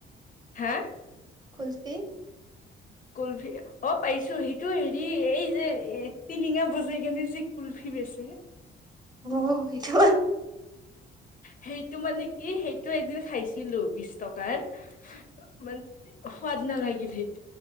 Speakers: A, on the left (about 45°); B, on the right (about 20°).
A: হা?
B: কুলফী,
A: কুলফি অ, পাইছো সেইটো হেৰি এই যে টিলিঙা বজাই কেনে যে কুলফি বেচে।
B: অ সেইটো
A: সেইটো মানে কি সেইটো একদিন খাইছিলোঁ বিছ টকাৰ। <unintelligible> মান সোৱাদ নালাগ <unintelligible>